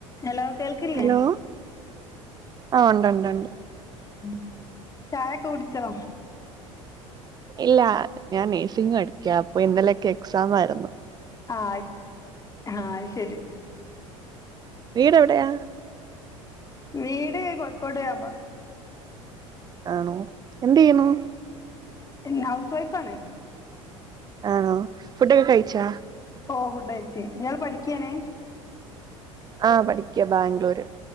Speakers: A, on the left; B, on the right.
A: Hello കേൾക്കില്ലേ
B: hello ആ ഉണ്ട് ഉണ്ട് ഉണ്ട്
A: ഉ ചായൊക്കെ കുടിച്ചോ
B: ഇല്ല ഞാൻ നേഴ്സിംഗ പഠിക്ക അപ്പൊ ഇന്നലൊക്കെ എക്സാ മായിരുന്നു
A: ആ ആഹ് ശരി
B: വീട് എവിടെയാ
A: വീട് കോഴിക്കോട് ആ ഭാഗത്ത്
B: ആണോ എന്ത് യ്യുന്നു
A: എ ഹൗസ് വൈഫാണ്
B: ആണോ ഫുഡൊക്കെ കഴിച്ചാ
A: ഓ ഫുഡ് യച് ഇയാള്പഠിക്കാണ്
B: ആഹ പഠിക്ക ബാംഗ്ലൂര്